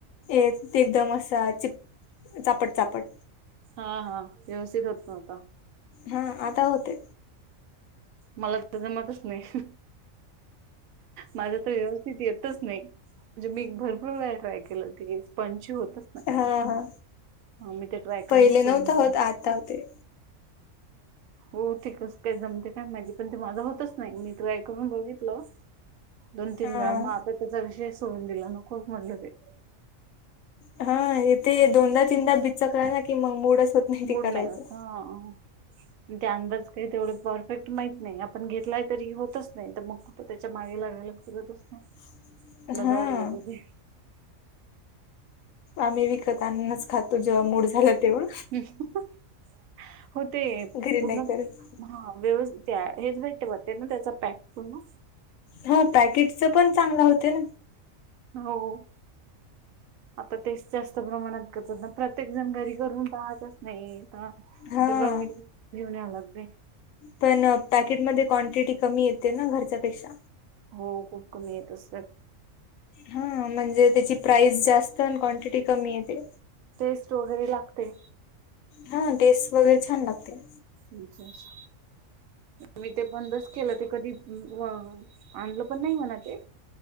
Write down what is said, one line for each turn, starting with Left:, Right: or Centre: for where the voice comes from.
Left: एक ते दम असा चिप-चापट, चापट.
Right: हा, हा व्यवस्थित होत नव्हता.
Left: हं आता होतोय.
Right: मला त जमतच नाही. माझं तर... व्यवस्थित येतच नाई. म्हणजे मी भरपूर वेळा ट्राय केलं... ते स्पंची होतच नाई.
Left: हा हा
Right: हा... मग मी ते ट्राय करनंच
Left: पहिले नव्हता
Right: सोडून दिलं
Left: होत आता होते
Right: हो... थीकच ते जमतेत. का माहिती पण ते माझं होतच नाही... मी ट्राय करून बघितलं... दोन तीन
Left: हा
Right: वेळा... मग आता त्याचा विषयच सोडून दिला... नको म्हटलं ते
Left: हा... हे ते... दोनदा तीनदा बिचकला ना... कि मग मुडच होत ते
Right: मुड
Left: करायचं
Right: नाही होत... हं अन ते अंदाज काही तेवढं परफेक्ट माहित नाही. आपण घेतलाय तरी होतच नाही... तर मग तर त्याच्या मागे लागायला फिरतच नाई
Left: <unintelligible>
Right: तिला
Left: हा
Right: जाऊ दे बाबा दे
Left: आम्ही विकत आणूनच खातो, जेव्हा मूड झाला तेव्हा
Right: <inaudible> हो ते
Left: घरी
Right: पूर्ण
Left: नाही करत
Right: हा व्यव... त्या... हेच भेटते होते ना... त्याचा पॅक पूर्ण.
Left: हो... पॅकेटचं पण चांगलं होते ना
Right: हो. आता तेच जास्त प्रमाणात करतात ना... प्रत्येक जण घरी करून पहातच नई. हा...
Left: हा
Right: सगळं मिलून.. घेऊन यावं लागतंय!
Left: पण पॅकेटमध्ये कॉन्टीटी कमी येते, ना घरच्यापेक्षा?
Right: हो... खूप कमी येत असते
Left: हा... म्हणजे त्याची प्राईस जास्त आणि क्वांटिटी कमी येते.
Right: टेस्ट वगैरे लागते.
Left: हा.. टेस्ट वगैरे छान लागते.
Right: तुमच्यात मी ते बंदच केलं... ते कधी... व... कधी आणलं पण नई म्हणा ते